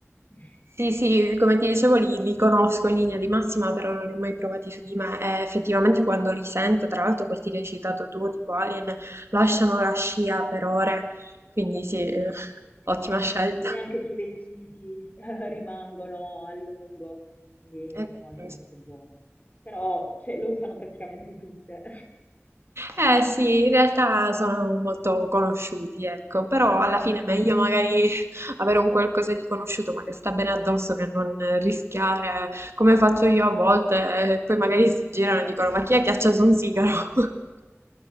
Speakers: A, on the left (about 35°); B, on the right (about 60°).
A: <laughs>
B: Sì, sì, come ti dicevo li, li conosco in linea di massima, però non li ho mai provati su di me e effettivamente quando li sento, tra l'altro questi che hai citato tu, tipo Alien, lasciano la scia per ore, quindi sì, eh, ottima
A: Esatto.
B: scelta.
A: Poi anche sui vestiti <laughs> rimangono a lungo, quindi
B: È
A: è
B: vero,
A: molto molto
B: sì.
A: buono. Però cioè, lo usano praticamente tutte.
B: Eh sì, in realtà sono molto conosciuti, ecco, però alla fine è meglio magari <laughs> avere un qualcosa di conosciuto ma che sta bene addosso che non eh, rischiare, come faccio io a volte, e poi magari si girano
A: <laughs>
B: e dicono ma chi è che ha acceso un sigaro? <laughs>